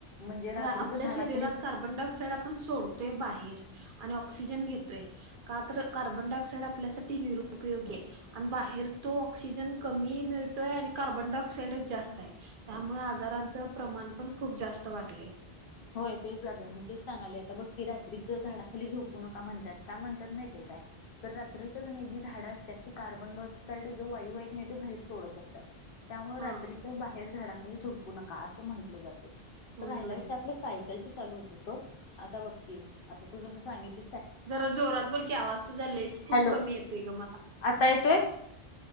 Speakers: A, on the left (about 65°); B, on the right (about 60°).
A: म्हणजे रात्रीच
B: होय आपल्या
A: झाडाखाली
B: शरीरात कार्बन डाय ऑक्साइड आपण सोडतोय बाहेर आणि ऑक्सिजन घेतोय का तर कार्बनडायऑक्साइड आपल्यासाठी नि उपयोगी आहे आणि बाहेर तो ऑक्सिजन कमी मिळतोय आणि कार्बन डाय ऑक्साइडच जास्त आहे त्यामुळे आजारांचं प्रमाण पण खूप जास्त वाटले
A: होय तेच जागं मी तेच सांगाले आता बघती रात्रीच झाडाखाली झोपू नका म्हणतात का म्हणतात माहिितय काय तर रात्रीतच नाही जी झाडं असतात ती कार्बन डाय ऑक्साइड जो वायू आहे कि नाही तो बाहेर सोडत असतात त्यामुळे
B: हा
A: रात्रीच्या बाहेर झाडाखाली झोपू नका असं म्हंटलं जाते
B: होय
A: तर राहायला
B: होय
A: आप सायकल चालू होत आता बघ तू जस सांगित
B: जरा जोरात बोल की आवाज तुझालेच खूप
A: हॅलो
B: कमी येतोय ग मला
A: आता येतोय